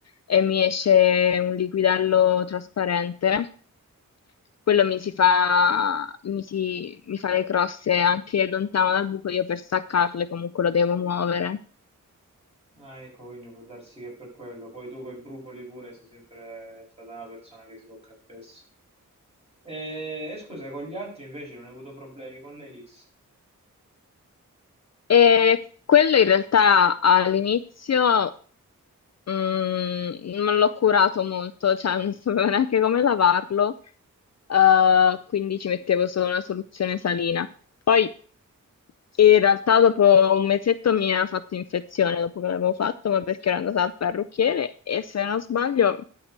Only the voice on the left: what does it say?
e mi esce un liquidello trasparente, quello mi si fa, mi si- mi fa le croste anche lontano dal buco, io per staccarle comunque lo devo muovere.
E quello in realtà all'inizio Mm, non l'ho curato molto, cioè non sapevo <laughs> neanche come lavarlo, eh, quindi ci mettevo solo una soluzione salina. Poi in realtà dopo un mesetto mi ha fatto infezione dopo che l'avevo fatto, ma perché ero andata al parrucchiere e se non sbaglio